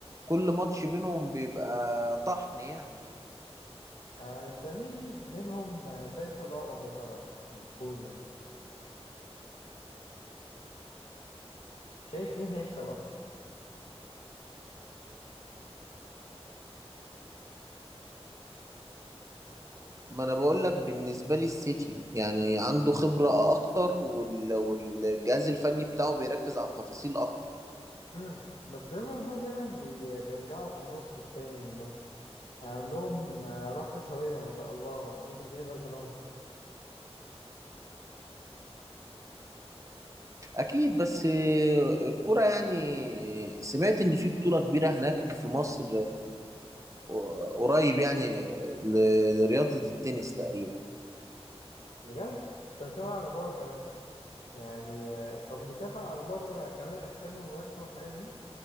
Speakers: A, on the right; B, on the left.
A: كل ماتش بينهم بيبقى طحن يعني
B: آه، انت مين منهم آه، شايفه الأقرب يا ترى للفوز يعني شايف مين هيكسب أكتر
A: ما انا بقول لك بالنسبة لي السيتي يعني عنده خبرة اكتر وال... والجهاز الفني بتاعه بيركز على التفاصيل اكتر
B: امم بس ليفربول دايما بي... بيرجعوا في النص التاني من الموسم يعني عندهم آه، روح قتالية ما شاء الله عندهم الدنيا ضرب نار
A: اكيد بس آه، الكرة يعني سمعت ان في بطولة كبيرة هناك في مصر آه، قريب يعني آه، ل- لرياضة التنس تقريبا
B: بجد انت متابع أخبار كمان يعني آه، طب متابع أخبار آه، كمان أجسام الملاكمة والحاجات دي